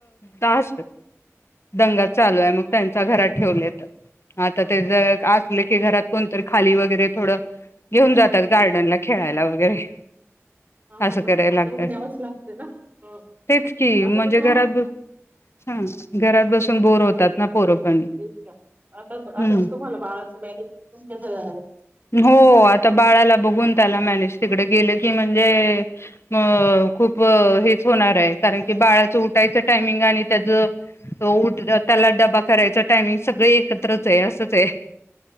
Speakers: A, on the left (about 60°); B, on the right (about 35°).
A: तास दंगा चालू आहे मग
B: हा
A: त्यांच्या घरात ठेवलेत <inaudible> आता ते जर असले की घरात कोणतरी खाली वगैरे थोडं घेऊन जातात गार्डनला खेळायला वगैरे
B: हा
A: अस
B: बर
A: करायला लागत
B: तेवढं न्यावंच लागतं ना हं,
A: तेच की
B: आता
A: म्हणजे
B: तर तुम्हा
A: घरात बसू हम्म घरात बसून बोर
B: आता
A: होतात ना पोरं पण
B: तेच की आता
A: हम्म
B: आताच तुम्हाला बाळाच मॅनेंज क ह ह
A: हो आता बाळाला बघून त्याला मॅनेज तिकडे गेलं की म्हणजे ह खूप हेच होणार आहेय कारण की बाळाचं उठायचं टायमिंग आणि त्याच उठ त्याला डबा करायच टायमिंग सगळे एकत्रच आहे असंच आहे.